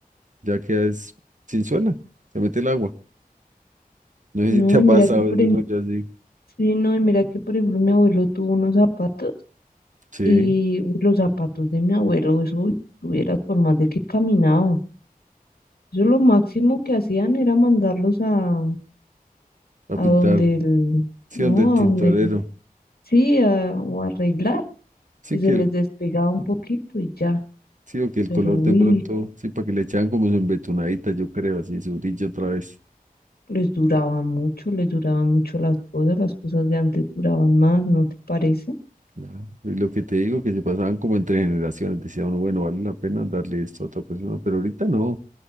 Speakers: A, on the right; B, on the left.
A: ya que es sin suela, se mete el agua. No sé
B: No,
A: si te
B: y
A: ha pasado
B: mira que, por
A: ese
B: ejemplo,
A: rollo así.
B: Sí, no, y mira que por ejemplo mi abuelo tuvo unos zapatos
A: Sí,
B: y uy, los zapatos de mi abuelo, eso uy, tuvieras por más de que caminaba. Eso lo máximo que hacían era mandarlos a,
A: a
B: a
A: pintar,
B: donde el,
A: sí,
B: no,
A: donde el tintorero.
B: a donde el- sí, a, o arreglar,
A: Sí
B: y se
A: que
B: les
A: el,
B: despegaba un poquito y ya,
A: sí, o que el
B: pero
A: color
B: uy,
A: de pronto, sí, para que le echaban como su embetunadita, yo creo, así, su brillo otra vez.
B: les duraban mucho, les duraban mucho las cosas, las cosas de antes duraban más, ¿no te parece?
A: Claro. Y lo que te digo, que se pasaban como entre generaciones, decía uno, bueno, vale la pena darle esto a otra persona, pero ahorita no.